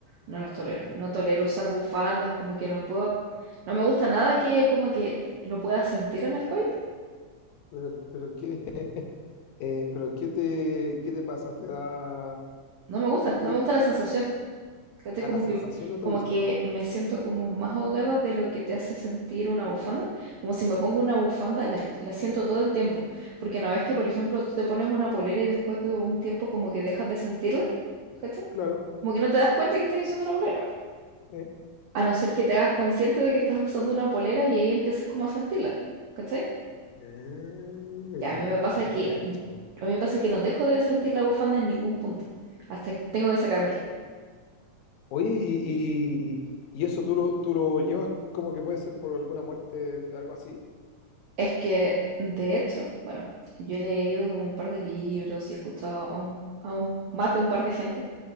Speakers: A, on the right (about 85°); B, on the left (about 80°).
A: No las tolero.
B: ¿Ya?
A: No tolero usar bufandas, como que no puedo. No me gusta nada que como que lo pueda sentir en el cuello.
B: Pero, pero qué, <laughs> eh, pero qué te, qué te pasa, te da,
A: No me gusta,
B: qué,
A: no me gusta la sensación. ¿Cachai?
B: a
A: Como
B: la sensación
A: que,
B: no te
A: como
B: gusta.
A: que me siento como más ahogada de lo que te hace sentir una bufanda. Como si me pongo una bufanda, la, la siento todo el tiempo. Porque no ves que, por ejemplo, tú te pones una polera y después de un tiempo como que dejas de sentirla. ¿Cachai?
B: Claro,
A: Como que no te das cuenta que estás usando la polera.
B: eh.
A: A no ser que te hagas consciente de que estás usando una polera y ahí empiezas como a sentirla. ¿Cachai?
B: Eh,
A: Y a mí me pasa
B: ya
A: que,
B: te cacho.
A: a mí me pasa que no dejo de sentir la bufanda en ningún punto. Hasta que tengo que sacármela.
B: Oye, y, y, y eso tú lo, tú lo llevas como que puede ser por alguna muerte de algo así.
A: Es que, de hecho, bueno, yo he leído como un par de libros y he escuchado a un, a un- más de un par de gente,